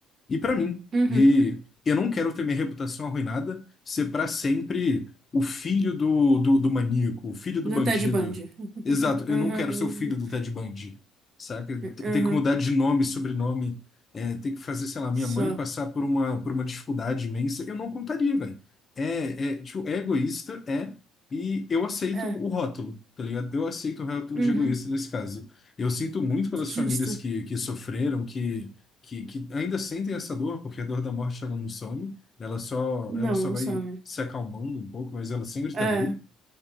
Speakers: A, on the left (about 40°); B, on the right (about 50°).
A: E para mim.
B: Uhum.
A: E eu não quero ter minha reputação arruinada, ser para sempre o filho do, do, do maníaco, o filho do
B: Do
A: bandido.
B: Ted Bundy. <laughs>
A: Exato, eu
B: Uhum.
A: não quero ser o filho do Ted Bundy, saca? T-
B: Uhum.
A: Ter que mudar de nome, sobrenome, é, ter que fazer, sei lá, minha
B: Só.
A: mãe passar por uma, por uma dificuldade imensa. Eu não contaria, velho. É, é, tipo, é egoísta, é e eu aceito
B: É.
A: o rótulo, tá ligado? Eu aceito o rótulo
B: Uhum.
A: de egoísta nesse caso. Eu sinto muito pelas
B: Justo.
A: famílias que, que sofreram, que, que, que ainda sentem essa dor, porque a dor da morte ela não some, ela só,
B: Não,
A: ela só
B: não
A: vai
B: some.
A: se acalmando um pouco, mas ela sempre está
B: É.
A: ali.